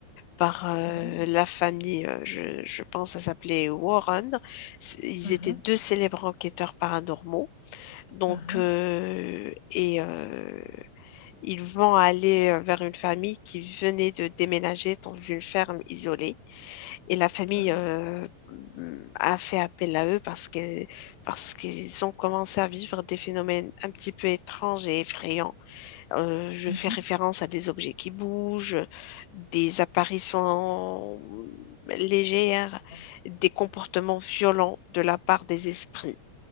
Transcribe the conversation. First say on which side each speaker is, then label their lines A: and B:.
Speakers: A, on the left; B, on the left.
A: par euh,
B: Ah,
A: la famille, euh, je, je pense, ça s'appelait Warren. C'est- Ils
B: ah,
A: étaient deux célèbres enquêteurs paranormaux. Donc,
B: ah,
A: euh, et euh, ils vont aller vers une famille qui venait de déménager dans une ferme isolée. Et la famille
B: ah,
A: euh, mm, a fait appel à eux parce que, parce qu'ils ont commencé à vivre des phénomènes un petit peu étranges et effrayants. Euh, je
B: mhm,
A: fais référence à des objets qui bougent, des apparitions légères,
B: ah,
A: des comportements violents de la part des esprits.